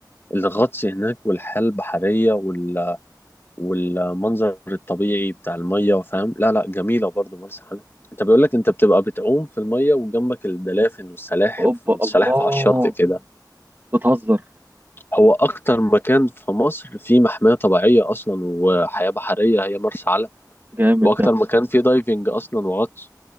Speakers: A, on the left; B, on the right.
A: الغطس هناك والحياه البحريه وال... والمنظر الطبيعي بتاع الميه فاهم لا لا جميله برضو مرسى علم انت بيقول لك انت بتبقى بتعوم في الميه وجنبك الدلافن والسلاحف
B: اوبا
A: والسلاحف
B: الله
A: على الشط كده
B: بتهزر
A: هو أكتر مكان في مصر فيه محمية طبيعية أصلا وحياة بحرية هي مرسى علم
B: جامد
A: وأكتر
B: ده
A: مكان فيه دايفنج أصلا وغطس